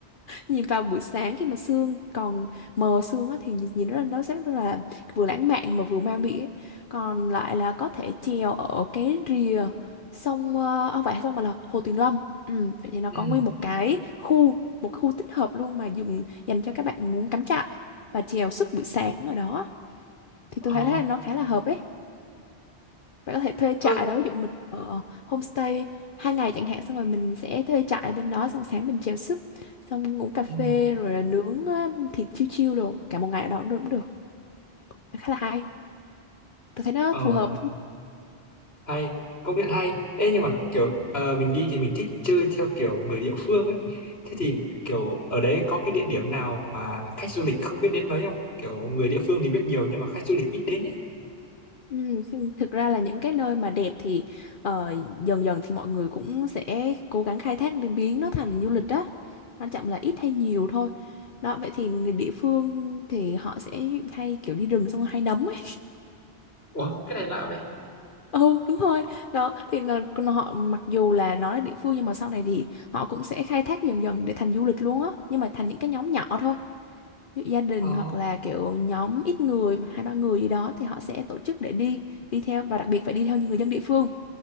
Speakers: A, on the left; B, on the left.
A: nhìn vào buổi sáng khi mà sương còn mờ sương á, thì nhìn nhìn nó nó rất là vừa lãng mạn mà vừa ma mị ấy. còn lại là có thể chèo ở cái rìa sông ờ, không phải sông mà là Hồ Tuyền Lâm ừ, vậy thì nó
B: ừ
A: có nguyên một cái khu một khu tích hợp luôn mà dùng dành cho các bạn muốn cắm trại và chèo suốt buổi sáng ở đó thì
B: ờ
A: tôi thấy là nó khá là hợp ấy bạn có thể thuê trại
B: ơ
A: đó ví dụ mình ở homestay hai ngày chẳng hạn xong rồi mình sẽ thuê trại ở bên đó xong sáng mình chèo súp xong uống cà phê
B: ừ.
A: rồi là nướng ờ, thịt chiêu chiêu đồ cả một ngày ở đó cũng được cũng được. khá là hay tôi thấy nó
B: ờ
A: phù hợp
B: hay công nhận hay Ê nhưng mà kiểu ờ, mình đi thì mình thích chơi theo kiểu người địa phương ấy thế thì kiểu ở đấy có cái địa điểm nào mà khách du lịch không biết đến mấy không kiểu người địa phương thì biết nhiều nhưng mà khách du lịch ít đến ấy
A: ừ, khi- thực ra là những cái nơi mà đẹp thì ờ, dần dần thì mọi người cũng sẽ cố gắng khai thác để biến nó thành du lịch đó quan trọng là ít hay nhiều thôi đó vậy thì người địa phương thì họ sẽ hay kiểu đi rừng xong rồi hay nấm ấy
B: ủa cái này lạ vậy
A: ừ đúng rồi đó thì là nó- họ mặc dù là nó là địa phương nhưng mà sau này thì họ cũng sẽ khai thác dần dần để thành du lịch luôn á nhưng mà thành những cái nhóm nhỏ thôi ví dụ gia đình
B: Ồ.
A: hoặc là kiểu nhóm ít người hai ba người gì đó thì họ sẽ tổ chức để đi đi theo và đặc biệt phải đi theo những người dân địa phương